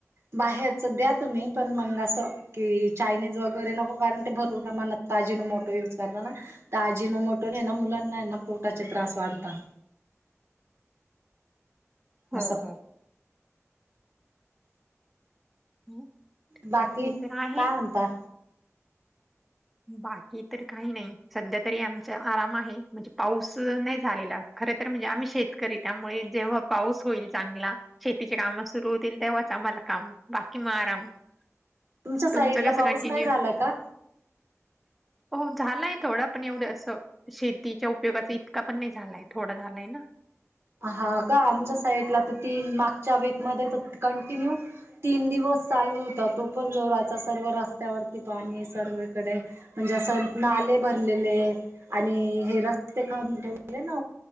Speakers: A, on the right; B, in the centre.
A: बाहेरच द्या तुम्ही पण मंग अस की चायनीज वगैरे नको कारण ते भरपूर प्रमाणात आजिनोमोटो यूज करता ना. त्या अजिनोमोटो ने ना मुलांना ना पोटाचे त्रास वाढतात.
B: हो
A: असं
B: हो. हं,
A: बाकी
B: ते तर आहे
A: काय म्हणतात?
B: बाकी तर काही नाही सध्या तरी आमचा आराम आहे म्हणजे पाऊस नाही झालेला. खर तर म्हणजे आम्ही शेतकरी त्यामुळे जेव्हा पाऊस होईल चांगला शेतीचे काम सुरु होतील तेव्हाच आम्हाला काम बाकी म आराम.
A: तुमच्या
B: कस
A: साईडला
B: तुमच कस
A: पाऊस
B: कंटिन्यू
A: नाही झाला का?
B: हो झालाय थोडा पण एवढं असं शेतीच्या उपयोगाचा इतका पण नाही झालाय थोडा झालाय ना.
A: हा का आमच्या साईडला तर तीन मागच्या वीकमध्ये तर कंटिन्यू तीन दिवस चालू होता तो पण जोराचा सर्व रस्त्यावरती पाणी आहे सर्वीकडे म्हणजे असं नाले भरलेले आणि हे रस्ते पण ठेवले ना